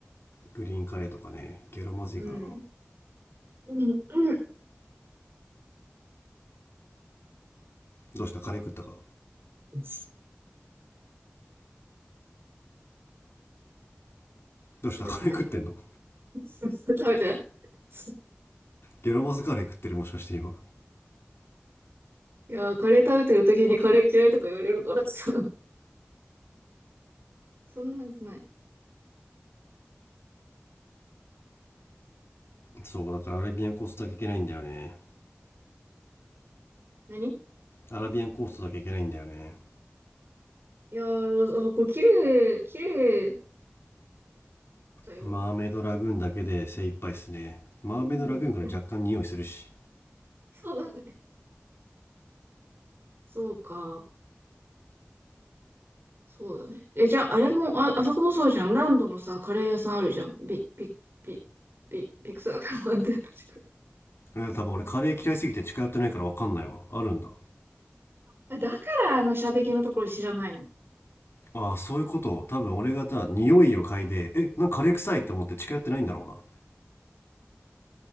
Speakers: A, on the left (about 70°); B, on the right (about 60°).
A: グリーンカレーとかね、ゲロまずいからな。
B: うん。うん、うん、うん、
A: どうしたカレー食ったか
B: うん。
A: どうしたカレー食ってんの
B: 食べてないけど。<laughs> 食べてない。そう
A: ゲロまずカレー食ってるもしかして今。
B: いやー、カレー食べてる時にカレー嫌いとか言われるからさ。<laughs> そんなんですない。
A: そう、だからアラビアンコーストだけいけないんだよね。
B: 何
A: アラビアンコーストだけいけないんだよね。
B: いやー、もうあそこ綺麗、綺麗だよ。
A: マーメイドラグーンだけで精一杯っすね。マーメイドラグーンから若干匂いするし。
B: うん。そうだね。そうか。そうだね。え、じゃあ、あれも、あ、あそこもそうじゃん。ランドのさ、カレー屋さんあるじゃん。ビ、ビ、ビ、ビ、ビクサーカンって <laughs>
A: いや多分俺カレー嫌いすぎて近寄ってないから分かんないわあるんだ
B: あ、だからあの射的のところ知らないの。
A: ああそういうこと多分俺がさ匂いを嗅いでえなんかカレー臭いって思って近寄ってないんだろ
B: うん。